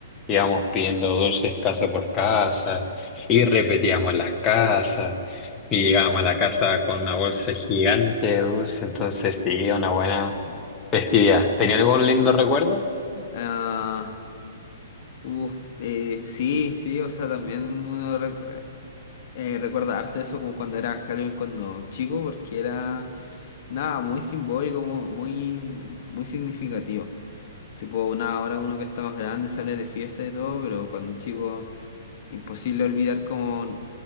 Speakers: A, on the left (about 20°); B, on the left (about 45°).
A: íbamos pidiendo dulces casa por casa y repetíamos las casas
B: Sí,
A: y llegábamos a la casa con una bolsa gigante de dulces,
B: sí,
A: entonces sí, una buena
B: sí.
A: festividad. ¿Tenía algún lindo recuerdo?
B: Ah, uh, eh, sí, sí, o sea, también uno recu- eh, recuerda harto eso como cuando era Halloween cuando chico, porque era nada, muy simbólico, mu- muy, muy significativo. Tipo, nada, ahora uno que está más grande sale de fiesta y todo, pero cuando chico Imposible olvidar con...